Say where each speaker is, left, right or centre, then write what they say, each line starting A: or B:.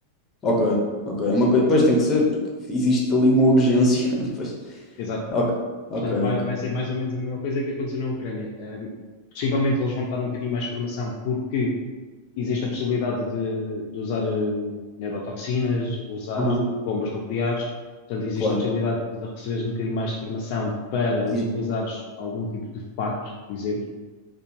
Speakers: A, on the left; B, on the left.
A: ok, ok. É uma coisa Pois tem que ser, porque existe ali uma urgência. <laughs> Pois.
B: Exato.
A: Ok, ok,
B: Portanto, vai,
A: ok.
B: vai ser mais ou menos a mesma coisa que aconteceu na Ucrânia. Ahm, possivelmente eles vão dar um bocadinho mais de formação porque existe a possibilidade de, de usar eh, neurotoxinas, usar
A: Aham,
B: bombas nucleares. Portanto, existe
A: claro.
B: a possibilidade de, de receberes um bocadinho mais de formação para
A: Existe-
B: utilizares algum tipo de fato, por exemplo,